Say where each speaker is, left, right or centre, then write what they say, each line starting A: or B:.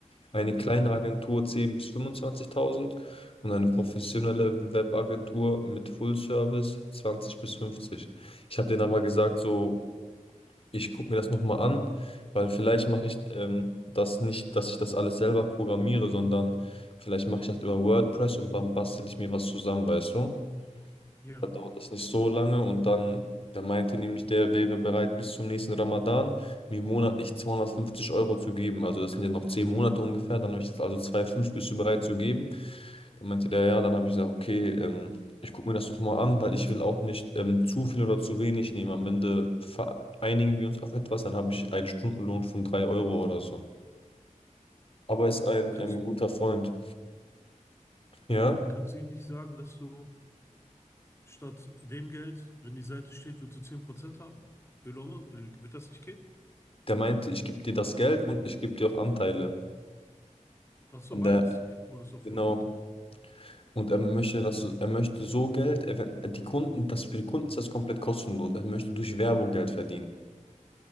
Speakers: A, on the left; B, on the left.
A: eine
B: ja,
A: kleine Agentur 10.000 bis 25.000 und eine professionelle Webagentur mit Full Service 20 bis 50. Ich habe denen aber gesagt, so ich gucke mir das nochmal an, weil vielleicht mache ich ähm, das nicht, dass ich das alles selber programmiere, sondern vielleicht mache ich das über WordPress und dann bastel ich mir was zusammen, weißt du?
B: ja.
A: Da dauert das nicht so lange und dann, der meinte nämlich, der wäre bereit, bis zum nächsten Ramadan mir monatlich 250 Euro zu geben. Also das sind ja noch 10 Monate ungefähr, dann habe ich jetzt also 2,5 bist du bereit zu geben. Dann meinte der, ja, dann habe ich gesagt, okay, ähm, ich gucke mir das doch mal an, weil ich will auch nicht ähm, zu viel oder zu wenig nehmen. Am Ende vereinigen wir uns auf etwas, dann habe ich einen Stundenlohn von 3 Euro oder so. Aber
B: Ähm,
A: ist ein
B: kannst,
A: ähm, guter Freund, ja,
B: kannst du ihm nicht sagen, dass du statt dem Geld, wenn die Seite steht, würdest du 10% haben? Öloma, äh, wird das nicht gehen?
A: der meinte, ich gebe dir das Geld und ich gebe dir auch Anteile
B: Ach so,
A: an
B: beides.
A: der,
B: Ja, boah, ist doch voll
A: genau.
B: gut dann.
A: Und er möchte das, er möchte so Geld, er, die Kunden, das für die Kunden ist das komplett kostenlos. Er möchte durch Werbung Geld verdienen,